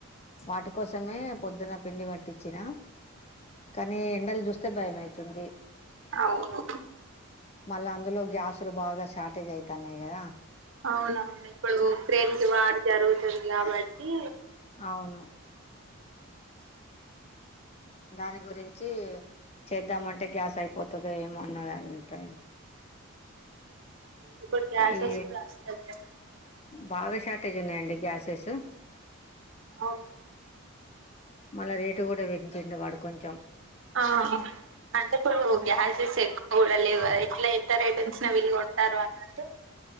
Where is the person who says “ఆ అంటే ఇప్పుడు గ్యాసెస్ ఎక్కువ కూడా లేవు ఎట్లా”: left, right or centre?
Right